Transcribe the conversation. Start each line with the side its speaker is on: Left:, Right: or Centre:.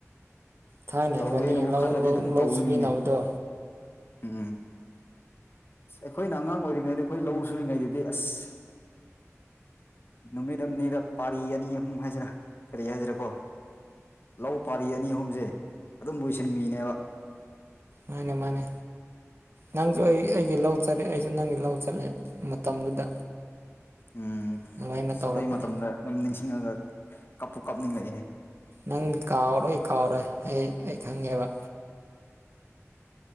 Right: ꯊꯥꯏꯅ
Left: ꯇꯧꯒꯦꯅꯕꯨ
Right: ꯏꯕꯥꯅꯤ ꯂꯧ
Left: ꯈꯜꯂꯗꯤ
Right: ꯂꯧ
Left: ꯑꯗꯨꯝ
Right: ꯂꯧ
Left: ꯇꯧꯕ
Right: ꯁꯨꯃꯤꯟꯅꯕꯗꯣ
Left: ꯃꯤꯅꯦ꯫ ꯎꯝ ꯑꯈꯣꯏꯅ ꯑꯉꯥꯡ ꯑꯣꯏꯔꯤꯉꯩꯗ ꯑꯈꯣꯏ ꯂꯧ ꯁꯨꯔꯤꯉꯩꯗꯗꯤ ꯑꯁ ꯅꯨꯃꯤꯠ ꯑꯅꯤꯔꯛ ꯄꯥꯂꯤ ꯑꯅꯤ ꯑꯍꯨꯝ ꯍꯥꯏꯁꯤꯔꯥ ꯀꯔꯤ ꯍꯥꯏꯁꯤꯔꯥꯀꯣ꯫ ꯂꯧ ꯄꯥꯔꯤ ꯑꯅꯤ ꯑꯍꯨꯝꯁꯦ ꯑꯗꯨꯝ ꯂꯣꯏꯁꯤꯟꯕꯤꯅꯦꯕ꯫
Right: ꯃꯥꯅꯦ ꯃꯥꯅꯦ ꯅꯪꯁꯨ ꯑꯩ ꯑꯩꯒꯤ ꯂꯧ ꯆꯠꯂꯦ ꯑꯩꯁꯨ ꯅꯪꯒꯤ ꯂꯧ ꯆꯠꯂꯦ꯫ ꯃꯇꯝꯗꯨꯗ
Left: ꯎꯝ
Right: ꯑꯗꯨꯃꯥꯏꯅ
Left: ꯑꯁ
Right: ꯇꯧꯔꯛꯄꯅꯤ꯫
Left: ꯑꯗꯨꯏ ꯃꯇꯝꯗ ꯑꯗꯨꯝ ꯅꯤꯡꯁꯤꯡꯉꯒ ꯀꯞꯄꯨ ꯀꯞꯅꯤꯡꯂꯛꯑꯦꯍꯦ꯫
Right: ꯅꯪꯗꯤ ꯀꯥꯎꯔꯣꯏ ꯀꯥꯎꯔꯣꯏ ꯑꯩ ꯑꯩ ꯈꯪꯉꯦꯕ꯫